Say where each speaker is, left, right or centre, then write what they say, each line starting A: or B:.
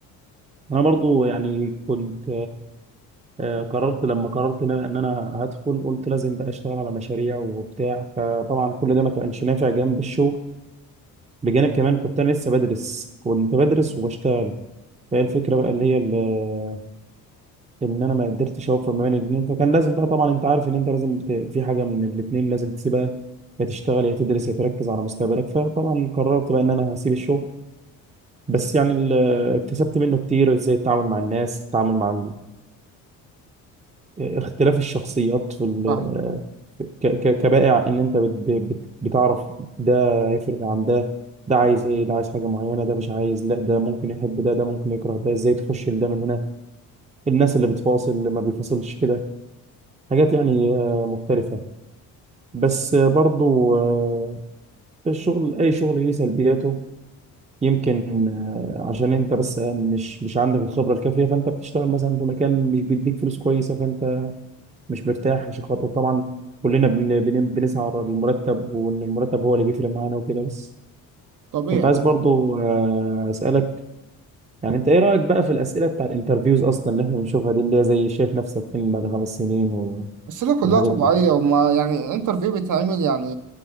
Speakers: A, on the right; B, on the right.
A: انا برضو يعني كنت آه، قررت لما قررت ان انا إن أنا هدخل قلت لازم بقى اشتغل على مشاريع وبتاع فطبعا كل ده ما كانش نافع جنب الشغل بجانب كمان كنت انا لسه بدرس كنت بدرس وبشتغل فهي الفكره بقى اللي هي ال- ان انا ما قدرتش اوفق ما بين الاثنين فكان لازم بقى طبعا انت عارف ان انت لازم ت- في حاجه من الاثنين لازم تسيبها يا تشتغل يا تدرس يا تركز على مستقبلك فطبعا قررت بقى ان انا هسيب الشغل بس يعني ال- اكتسبت منه كتير ازاي التعامل مع الناس التعامل مع اختلاف الشخصيات في ال
B: فاهم
A: ك- ك- كبائع ان انت بت بت بتعرف ده هيفرق عن ده ده عايز ايه ده عايز حاجه معينه ده مش عايز لا ده ممكن يحب ده ده ممكن يكره ده ازاي تخش لده من هنا الناس اللي بتفاصل اللي ما بيفاصلش كده حاجات يعني آه، مختلفه بس آه، برضو آه، الشغل اي شغل ليه سلبياته يمكن آه، عشان انت بس آه، مش مش عندك الخبره الكافيه فانت بتشتغل مثلا في مكان مش بيديك فلوس كويسه فانت مش مرتاح عشان خاطر طبعا كلنا بن... بن... بنسعى ورا المرتب وان المرتب هو اللي بيفرق معانا وكده بس
B: طبيعي
A: كنت عايز برضو آه، اسالك يعني انت ايه رايك بقى في الاسئله بتاع الانترفيوز اصلا اللي احنا بنشوفها دي اللي هي زي شايف نفسك فين بعد خمس سنين و...
B: الأسئلة كلها
A: والحاجات
B: طبيعية
A: دي
B: وما يعني انترفيو بيتعمل يعني